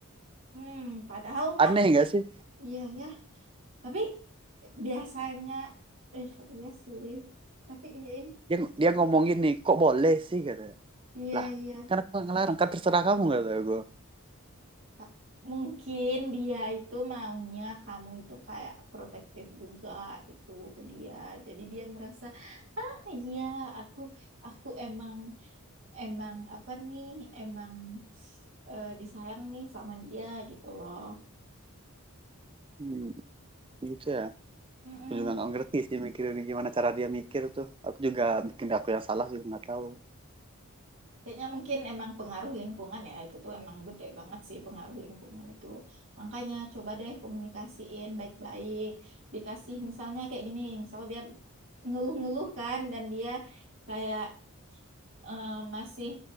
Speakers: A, on the right (about 60°); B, on the right (about 25°).
A: hmm, padahal mah
B: Aneh enggak sih?
A: iya ya. Tapi biasanya eh iya sih. Tapi iya
B: Dia dia ngomong gini, kok boleh sih katanya.
A: iya
B: Lah,
A: iya.
B: kan aku nggak ngelarang, kan terserah kamu kata gue.
A: Ta- Mungkin dia itu maunya kamu itu kayak protektif juga gitu ke dia. Jadi dia merasa, ah iya aku aku emang emang apa nih emang eh, disayang nih sama dia gitu loh.
B: Hmm, gitu ya.
A: Mm-mm.
B: Aku juga nggak ngerti sih mikirin gimana cara dia mikir tuh. Aku juga bikin aku yang salah juga nggak tahu.
A: Kayaknya mungkin emang pengaruh lingkungan ya itu tuh emang gede banget sih pengaruh lingkungan itu. Makanya coba deh komunikasiin baik-baik. Dikasih misalnya kayak gini, misal dia ngeluh-ngeluh kan dan dia kayak eh, masih